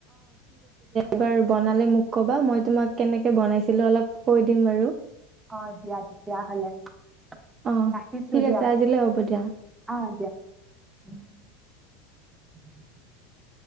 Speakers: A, on the right; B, on the right.
A: এবাৰ বনালে মোক ক'বা । মই তোমাক কেনেকে বনাইছিলোঁ অলপ কৈ দিম বাৰু।
B: অ' দিয়া তেতিয়াহ'লে ।
A: অ
B: ৰাখিছোঁ
A: ঠিক
B: দিয়া
A: আছে
B: ।
A: আজিলৈ হ'ব দিয়া
B: অ' দিয়া। উম। <unintelligible>